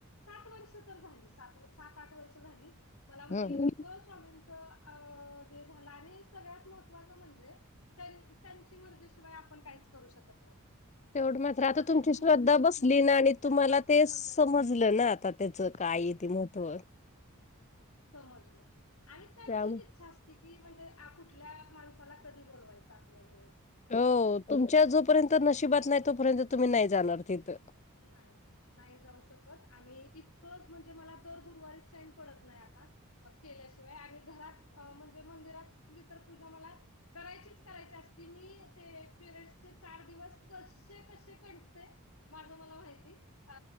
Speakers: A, on the left; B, on the left.
A: सात वर्ष तर झाली, सात सात आठ वर्ष झाली. मला म्हणजे
B: हम्म.
A: इतकं स्वामीं च अ जे झालं आणि सगळ्यात महत्वाचं म्हणजे त्या त्यांची मर्जी शिवाय आपण काहीच करू शकत नाही.
B: तेवढ मात्र
A: जेव्हा
B: आता
A: त्यांची
B: तुमची श्रद्धा
A: मर्जी होती
B: बसली
A: की
B: ना आणि
A: एखाद्याला
B: तुम्हाला
A: आपल्या
B: ते
A: मंदिरात
B: समज समजला ना आता त्याच काय
A: हो
B: आहे ते महत्व.
A: समजल आणि त्याचींच
B: त्या
A: इच्छा कीती म्हणजे आ कुठल्या माणसाला कधी बोलवायचं आपल्या जवळ
B: हो
A: असं
B: तुमच्या जो पर्यत नशिबात नाही तो पर्यत तुम्ही नाही जाणार तिथं.
A: नाही नाही जाऊ शकत आणि इतकं म्हणजे मला दर गुरुवारी चैन पडत नाही आता. मग केल्याशिवाय आणि घरात अ म्हणजे मंदिरातली तर पूजा मला करायचीच करायचे असते मी ते पिरीयडस चे चार दिवस कसे कसे काढते. माझं मला माहिती. अ